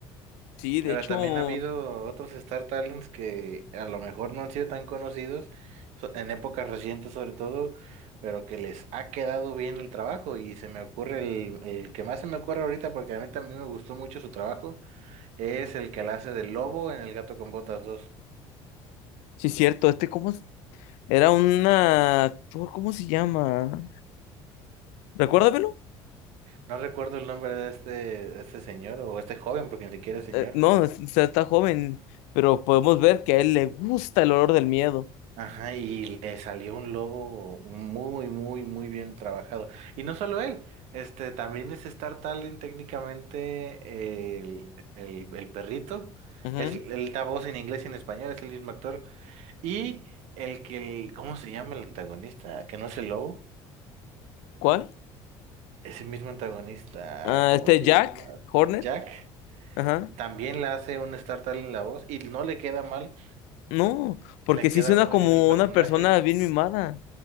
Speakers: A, on the left; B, on the right.
A: Sí, de
B: Ahora
A: hecho,
B: también
A: ujú.
B: ha habido otros Star Talents que a lo mejor no han sido tan conocidos so- en épocas recientes sobre todo, pero que les ha quedado bien el trabajo y se me ocurre el, el que más se me ocurre ahorita porque a mí también me gustó mucho su trabajo, es el que la hace del lobo en El Gato con Botas dos.
A: Sí, cierto, este, ¿cómo? es? Era un actor, ¿cómo se llama? Recuérdamelo.
B: No recuerdo el nombre de este, de este señor o este joven porque ni siquiera es señor.
A: Eh, no, es- o sea, está joven, pero podemos ver que a él le gusta el olor del miedo.
B: Ajá, y le salió un lobo muy, muy, muy bien trabajado. Y no solo él, este también es Star Talent técnicamente el, el, el perrito.
A: Ujú.
B: Es, él da voz en inglés y en español, es el mismo actor. Y el que, el- ¿cómo se llama el antagonista? Que no es el lobo,
A: ¿Cuál?
B: ese mismo antagonista,
A: Ah,
B: ¿cómo
A: este
B: te
A: Jack
B: llamas?
A: Horner.
B: Jack.
A: Ajá.
B: También le hace un Star Talent la voz y no le queda mal,
A: No, porque
B: le queda
A: sí suena
B: muy
A: como
B: bien el personaje.
A: una persona bien mimada.